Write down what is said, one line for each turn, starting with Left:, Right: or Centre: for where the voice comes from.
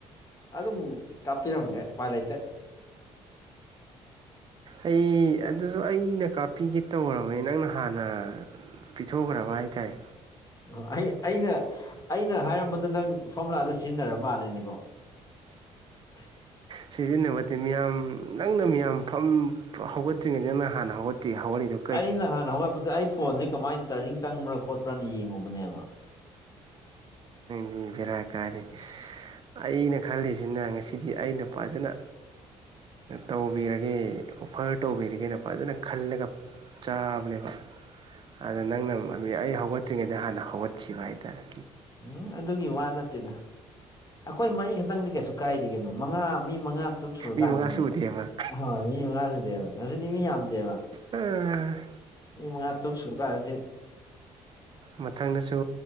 Left: ꯑꯗꯨꯝ ꯀꯥꯞꯄꯤꯔꯝꯒꯦ ꯄꯥꯏ ꯂꯩꯥꯏꯇ
Right: ꯑꯩ ꯑꯗꯨꯁꯨ ꯑꯩꯅ ꯀꯥꯞꯄꯤꯒꯦ ꯇꯧꯔꯕꯅꯤ ꯅꯪꯅ ꯍꯥꯟꯅ ꯄꯤꯊꯣꯛꯈ꯭ꯔꯕ ꯍꯥꯏꯇꯥꯔꯦ
Left: ꯑꯣ ꯑꯩ ꯑꯩꯅ ꯑꯩꯅ ꯍꯥꯏꯔꯝꯕꯗꯣ ꯅꯪ ꯐꯣꯝꯂꯥꯗ ꯁꯤꯖꯤꯟꯅꯔ ꯃꯥꯜꯂꯦꯅꯦꯀꯣ <inaudible>
Right: ꯁꯤꯖꯤꯟꯅꯕꯗꯤ ꯃꯤꯌꯥꯝ ꯅꯪꯅ ꯃꯤꯌꯥꯝ ꯐꯝ ꯍꯧꯒꯠꯇ꯭ꯔꯤꯉꯩꯗ ꯅꯪꯅ ꯍꯥꯟꯅ ꯍꯧꯒꯠꯇ ꯇ ꯍꯧꯒꯅꯤꯗꯣ
Left: ꯑꯩꯅ ꯍꯥꯟꯅ ꯍꯧꯒꯠꯄꯗ ꯑꯩ ꯐꯣꯟꯁꯦ ꯀꯃꯥꯏꯅ ꯆꯥꯔꯖꯤꯡ ꯆꯪꯕ꯭ꯔꯥ ꯈꯣꯠꯄ꯭ꯔꯥꯅ ꯌꯦꯡꯉꯨꯕꯅꯦꯕ
Right: ꯗꯤ ꯕꯤꯔꯥ ꯀꯔꯤ
Left: ꯑꯁ
Right: ꯑꯩꯅ ꯈꯜꯂꯤꯁꯤꯅ ꯉꯁꯤꯗꯤ ꯑꯩꯅ ꯐꯖꯅ ꯇꯧꯕꯤꯔꯒꯦ ꯑꯣꯐꯔ ꯇꯧꯕꯤꯔꯒꯦꯅ ꯐꯖꯅ ꯈꯜꯂꯒ ꯆꯥꯕꯅꯦꯕ ꯑꯗ ꯅꯪꯅ ꯑꯩ ꯍꯧꯒꯠꯇ꯭ꯔꯤꯉꯩꯗ ꯍꯥꯟꯅ ꯍꯧꯒꯠꯈꯤꯕ ꯍꯥꯏꯇꯥꯔꯦ
Left: ꯎꯝ ꯑꯗꯨꯒꯤ ꯋꯥ ꯅꯠꯇꯦꯗ ꯑꯩꯈꯣꯏ ꯃꯔꯤꯈꯛꯇꯪꯗꯤ ꯀꯩꯁꯨ ꯀꯥꯏꯗꯦ ꯀꯅꯣ ꯃꯉꯥ ꯃꯤ ꯃꯉꯥ ꯇꯨꯛ ꯁꯨꯔꯀꯥꯟꯗꯅꯤ
Right: ꯃꯤ ꯃꯉꯥ ꯁꯨꯗꯦꯕ
Left: ꯑꯍꯣꯏ ꯃꯤ ꯃꯉꯥ ꯁꯨꯗꯦꯕ ꯉꯁꯤꯗꯤ ꯃꯤ ꯌꯥꯝꯗꯦꯕ
Right: ꯎꯝ
Left: ꯃꯤ ꯃꯉꯥ ꯇꯔꯨꯛ ꯁꯨꯔꯀꯥꯟꯗꯗꯤ
Right: ꯃꯊꯪꯗꯁꯨ